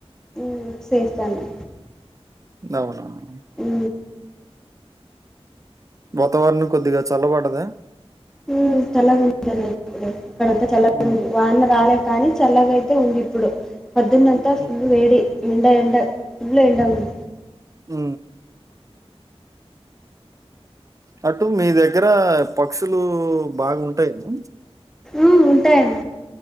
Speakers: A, in the centre; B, on the right (about 30°).
A: ఉ చేస్తాన్నా
B: నవన
A: ఉ
B: వాతవరణం కొద్దిగా చల్లబడ్డదా
A: ఉం చల్లగుంది <unintelligible> ఇక్కడంత చల్ల
B: ఉమ్
A: ఉంది వాన రాలే కానీ చల్లగైతే ఉంది ఇప్పుడు పొద్దున్నంతా ఫుల్లు
B: ఉమ్
A: వేడి ఎండ ఎండ ఫుల్లు ఎండ ఉంది
B: ఉ అటు మీ దగ్గర పక్షులు బాగుంటాయ్ గద
A: ఉం ఉంటాయ్ అన్